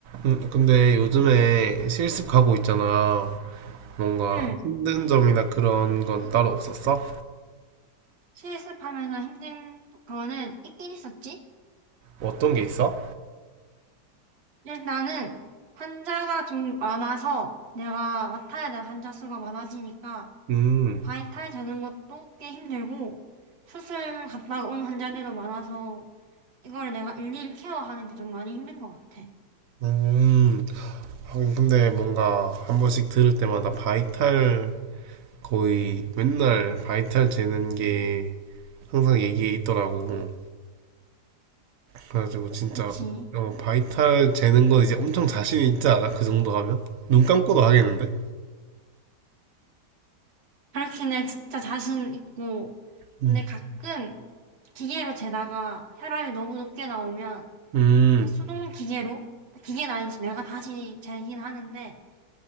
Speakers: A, on the right; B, on the right.
A: 음, 근데 요즘에 실습 가고 있잖아. 뭔가
B: 응,
A: 힘든 점이나 그런 건 따로 없었어?
B: 실습하면서 힘든 거는 있긴 있었지.
A: 어떤 게 있어?
B: 일단은 환자가 좀 많아서 내가 맡아야 될 환자 수가 많아지니까
A: 음,
B: 바이탈 되는 것도 꽤 힘들고 수술 갔다가 온 환자들도 많아서 이걸 내가 일일이 케어하는 게 좀 많이 힘든 것 같아.
A: 음. 하긴 근데 뭔가 한 번씩 들을 때마다 바이탈 거의 맨날 바이탈 재는 게 항상 얘기에 있더라고. 그래가지고 진짜
B: 그치.
A: 어, 바이탈 재는 건 이제 엄청 자신 있지 않아? 그 정도 하면? 눈 감고도 하겠는데?
B: 그렇긴 해. 진짜 자신 있고.
A: 음,
B: 근데 가끔 기계로 재다가 혈압이 너무 높게 나오면
A: 음,
B: 이제 수동 기계로 기계는 아니지 내가 다시 재긴 하는데